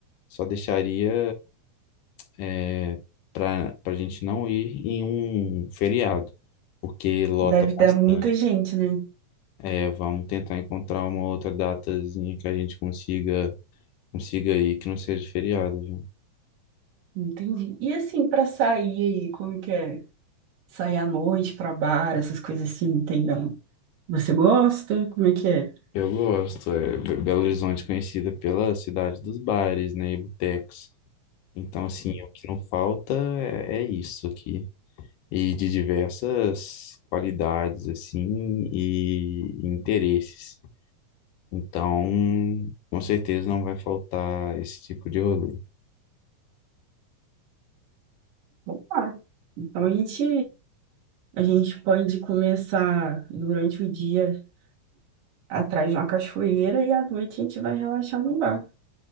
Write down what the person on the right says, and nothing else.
Deve
dar muita gente, né?
Entendi. E assim, pra sair aí, como que é? Sair à noite pra bar, essas coisas assim, tem. ó, Você gosta? Como é que é?
Opa! Então a gente, a gente pode começar durante o dia atrás de uma cachoeira e à noite a gente vai relaxar num bar.